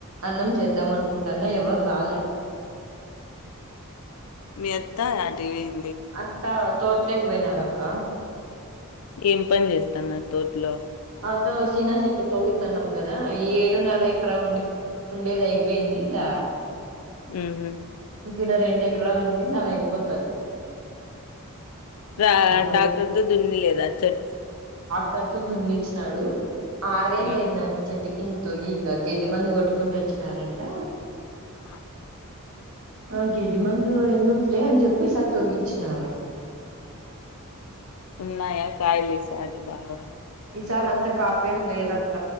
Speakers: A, on the right (about 75°); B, on the left (about 80°).
A: అన్నం చేద్దాం అనుకుంటున్నా ఎవరు రాలే
B: మీ అత్తా ఏడికిపోయి
A: అత్త తోట్లేక పోయినారక్క
B: ఏం పని చేస్తాన్నారు తోట్లో
A: అదో సీనశెట్ తోవితన్నాం కదా ఈ ఏడున్నర ఎకరా ఉంది ఉండేది అయిపోయింది ఇడా
B: ఉహ్మ్
A: ఇడ రెండు ఎకరాలు ఉంటే అది అయిపోతది
B: డా
A: అయిపో
B: ట్రాక్టర్తో దున్ని లేదా చెట్
A: ట్రాక్టర్ తో దున్నిచ్చినాడు ఆరేలు
B: హ్మ్
A: అయిందంట చెట్టు కిం ఇక గడ్ది మందు కొట్టుకుంటూ వచ్చినారంట
B: ఆ
A: ఆ గెడ్డి మందు ఎందుకులే అని చెప్పి ఈ సారీ తొగిచ్చినారు
B: ఉన్నాయ కాయలి సారి బాగా
A: ఈసారి అంత కాపేం లేదక్క